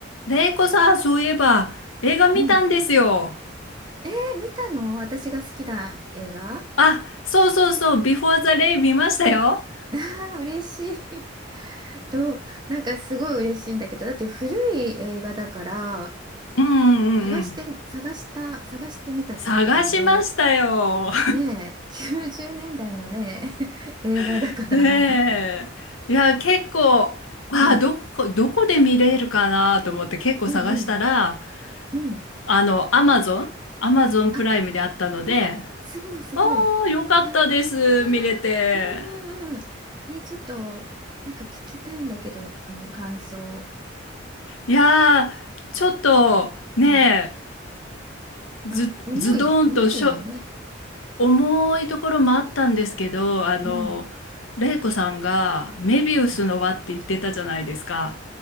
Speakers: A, on the left; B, on the right.
A: レイコさん、そういえば、映画見たんですよ。
B: うん。えー、見たの私が好きな映画あ
A: あ、そうそうそう、ビフォーザレイ見ましたよ。
B: あ <laughs> 嬉しい。<laughs> と、なんかすごい嬉しいんだけど、だって古い映画だから、
A: うんうんうんうん。
B: 探して、探した、探してみたってことだよね。
A: 探しましたよ。
B: ねえ、90年代のね、<laughs> 映画だから。
A: <laughs> ねえ。いや、結構、あ、
B: <laughs> うん、
A: どこ、どこで見れるかなと思って結構探したら、
B: うん、うん、うん。
A: あの、アマゾン、アマゾンプライムであったので、
B: あ、お、すごい、すごい。
A: ああ、よかったです、
B: やったー。
A: 見れて。
B: うん、うん、うん。えーちょっと、なんか聞きたいんだけど、あの感想。
A: いやー、ちょっと、
B: ちょうん
A: ねず、
B: まあ、重い、
A: ズドンとしょ、
B: 重いよね。
A: 重いところもあったんですけど、あの、
B: うん、
A: 玲子さんがメビウスの輪って言ってたじゃないですか。
B: うん。